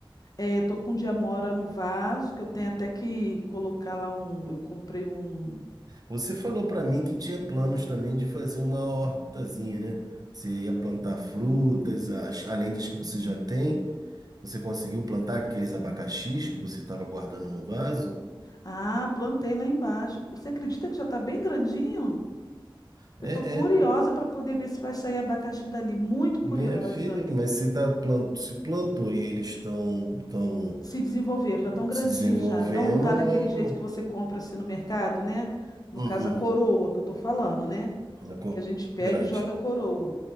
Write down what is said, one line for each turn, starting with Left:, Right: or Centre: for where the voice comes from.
Left: eh, tô com diamora no vaso, que eu tenho até que colocar lá um. Eu comprei um.
Right: Você falou para mim que tinha planos também de fazer uma hortazinha, né? Você ia plantar frutas, as- além das que você já tem. Você conseguiu plantar aqueles abacaxis que você estava guardando no vaso?
Left: Ah, plantei lá embaixo. Você acredita que já tá bem grandinho?
Right: É,
Left: Eu tô curiosa
Right: é,
Left: para poder ver se vai sair abacaxi dali. Muito curiosa.
Right: minha filha, mas se, tá plant, se plantou e eles estão tão
Left: Se
Right: tão
Left: desenvolveram, já tão grandinhos
Right: se desenvolvendo,
Left: já. Não tá daquele
Right: é...
Left: jeito que você compra assim no mercado, né? No
Right: Uhum,
Left: caso, a coroa que eu tô falando, né?
Right: ela é
Left: que a gente pega e joga
Right: gigante.
Left: coroa.